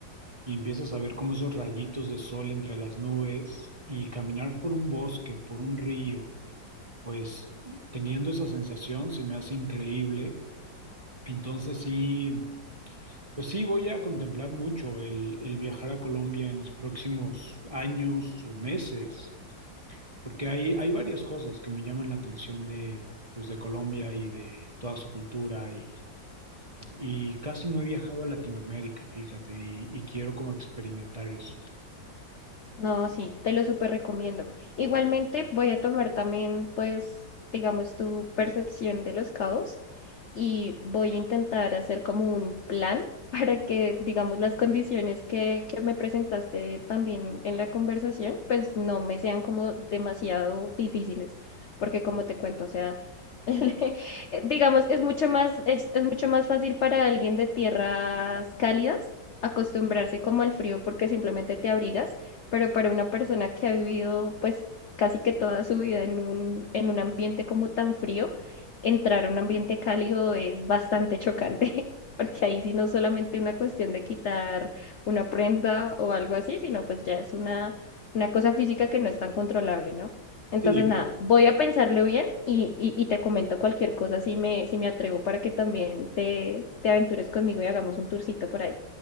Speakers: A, on the right; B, on the left.
A: y empiezas a ver como esos rayitos de sol entre las nubes, y caminar por un bosque, por un río, pues teniendo esa sensación se me hace increíble. Entonces sí. Pues sí, voy a contemplar mucho el, el viajar a Colombia en los próximos años o meses, porque hay, hay varias cosas que me llaman la atención de, pues de Colombia y de toda su cultura y, y casi no he viajado a Latinoamérica, fíjate, y, y quiero como experimentar eso.
B: No, sí, te lo súper recomiendo. Igualmente voy a tomar también, pues, digamos, tu percepción de los caos y voy a intentar hacer como un plan <laughs> para que, digamos, las condiciones que, que me presentaste también en la conversación, pues no me sean como demasiado difíciles, porque como te cuento, o sea, <laughs> digamos, es mucho más, es, es mucho más fácil para alguien de tierras cálidas acostumbrarse como al frío porque simplemente te abrigas pero para una persona que ha vivido pues casi que toda su vida en un, en un ambiente como tan frío, entrar a un ambiente cálido es bastante chocante, <laughs> porque ahí sí no es solamente una cuestión de quitar una prenda o algo así, sino pues ya es una, una cosa física que no es tan controlable, ¿no? Entonces,
A: Sí,
B: nada, voy a pensarlo bien y, y, y te comento cualquier cosa si me, si me atrevo para que también te, te aventures conmigo y hagamos un tourcito por ahí.